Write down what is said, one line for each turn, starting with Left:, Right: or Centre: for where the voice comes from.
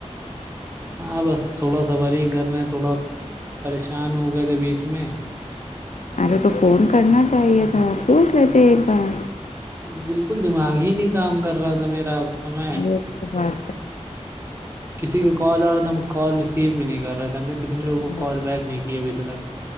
Right: ہاں بس تھوڑا س وور ہی کر رہے ہیں تھوڑا پریشان ہو گئے تھے بیچ میں
Left: ارے تو فون کرنا چاہیے تھا پوچ لیتے ایک بار
Right: اب بالکل دماغ ہی نہیں کام کر رہا تھا میرا سمے
Left: ا تو ہاں
Right: کسی کا کال آ رہا تھا ہم کال ریسیو بھی نہیں کر رہے تھے ہم نے کتنے لوگوں کو
Left: ہے
Right: کال بیک نہیں کی ابھی تلک